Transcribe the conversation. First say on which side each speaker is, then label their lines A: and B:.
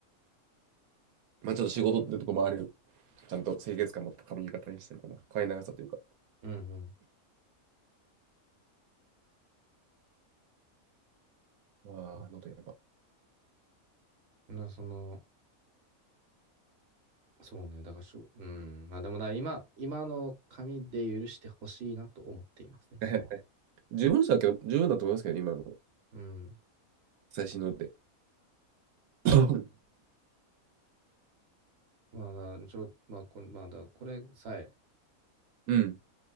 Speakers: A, on the right; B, on the right.
A: まあちょっと仕事ってとこもある。ちゃんと清潔感持った髪型にしたいかな。髪長さというか。
B: うんうん。
A: ああ、
B: うん
A: 喉やば。
B: なその、そうね、だからしょ、うん、まあでもだ、今、今の紙で許してほしいなと思っていますね。
A: <laughs> 十分だけど、十分だと思いますけど、今の
B: うん。
A: 最新ので。<coughs>
B: まあ、ちょ、まあ、これ、まあ、だ、これさえ、
A: うん。